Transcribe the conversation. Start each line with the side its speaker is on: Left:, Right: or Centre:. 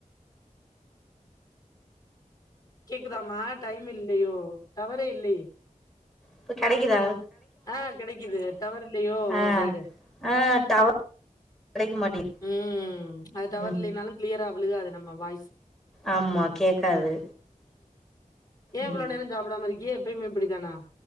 Left: கேக்குதாமா டைம் இல்லையோ டவரே இல்லையே
Centre: இப்ப கெடைக்கிதா
Left: ஆ கெடைக்கிது டவர் இல்லையோ ஓ
Centre: ஆ
Left: சைடு
Centre: ஆ டவர் கெடைக்க மாட்டேங்குது
Left: ம் அது டவர்
Centre: ம்
Left: இல்லைனாலு க்ளியரா விழுகாது நம்ம வாய்ஸ்
Centre: ஆமா கேக்காது
Left: ஏன்
Centre: ம்
Left: இவ்ளோ நேரம் சாப்புடாம இருக்கிய ப்பயுமே இப்புடி தானா